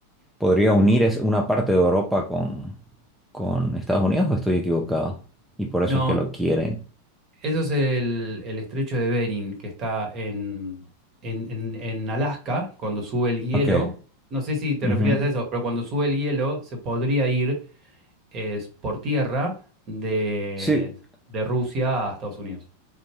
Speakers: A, in the centre; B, on the right.
A: podría unir es una parte de Europa con, con Estados Unidos, ¿o estoy equivocado? Y por eso
B: No,
A: es que lo quieren.
B: eso es el, el estrecho de Bering, que está en, en, en- en Alaska, cuando sube el hielo.
A: Ok.
B: No sé si te
A: ujú.
B: referías a eso, pero cuando sube el hielo se podría ir es, por tierra de,
A: Sí,
B: de Rusia a Estados Unidos.